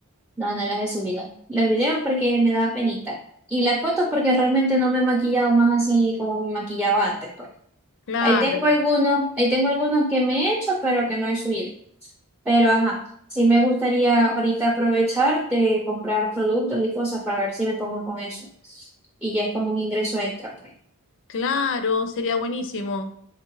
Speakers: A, in the centre; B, on the left.
A: No, no las he subido. Los videos porque me da penita. Y las fotos porque realmente no me he maquillado más así como me maquillaba antes, pues.
B: Claro.
A: Ahí tengo algunos, ahí tengo algunos que me he hecho, pero que no he subido. Pero ajá, sí me gustaría ahorita aprovechar de comprar productos y cosas para ver si me pongo con eso. Y ya es como un ingreso extra, pues.
B: Claro, sería buenísimo.